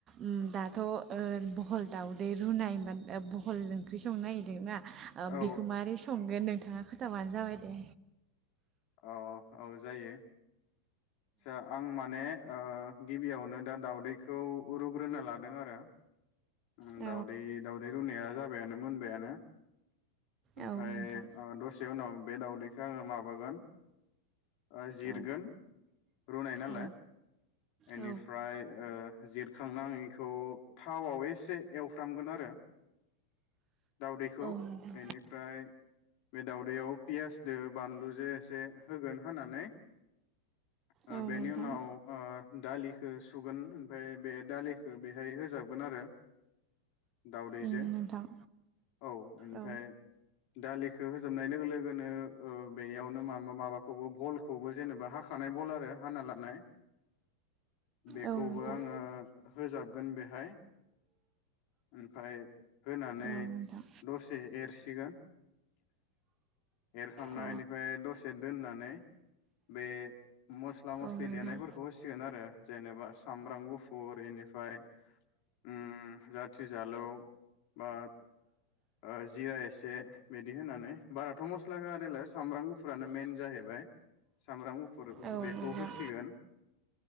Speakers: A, on the right; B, on the left.
A: उम दाथ'ओ बहल दाउदै रुनायबा बहल ओंख्रि संनो नागिरदोंना? ओ
B: औ
A: बेखौ मारै संगोन नों नोंथाङा खोथाबानो जाबाय दे।
B: अ औ जायो। सा आं माने ओ गिबियावनो दा दाउदैखौ रुग्रोना लादों आरो। उम
A: औ
B: दावदै दावदै रुनाया जा बायानो मोनबायानो। ओमफ्राय
A: औ नोंथां
B: ओ दसे उनाव। बे दावदैखौ आङो माबागोन। ओ जिरगोन
A: औ
B: रुनाय नालाय
A: औ
B: एनिफ्राय
A: औ
B: ओ जिरखांनां इखौ थावआव एसे एवफ्रामगोन आरो। दाउदैखौ
A: औ नोंथां
B: बेनिफ्राय बे दाउदैयाव पियास। दो बानलु जे दे होगोन हाननानै। ओ
A: औ
B: बेनि
A: नोंथां
B: उनाव ओ दालि ओ सुगोन ओमफ्राय बे दालिखौ बेहाय होजाबगोन आरो। दावदैजो
A: उम नोंथां
B: औ ओमफ्राय
A: औ
B: दालिखौ। होजोबनाय लोगो लोगोनो ओ बेनियावनो मा होनबा माबा खौबो बहल खौबो जेनेबा हाखानाय बहल आरो हा लानाय। बेखौबो
A: औ नोंथां
B: आङो होजाबगोन बेहाय। ओमफ्रायाय होनानै
A: औ नोंथां
B: दसे एरसि <unintelligible> एरखांनाय
A: औ
B: बेनिफ्राय दसे दोननानै बे मस्ला मस्लि
A: औ नोंथां
B: देनायफोरखौ होसिगोन आरो जेनेबा सामब्राम गुफुर इनिफ्राय ओम जा थिजालौ बा ओ जिरा एसे बिदि होनानै बाराथ मस्ला होआ देलाय सामब्राम गुफुर फोरानो मेन जाहैबाय सामब्राम गुफु फोर ओह
A: औ
B: बेखौ
A: नोंथां
B: होसिगोन।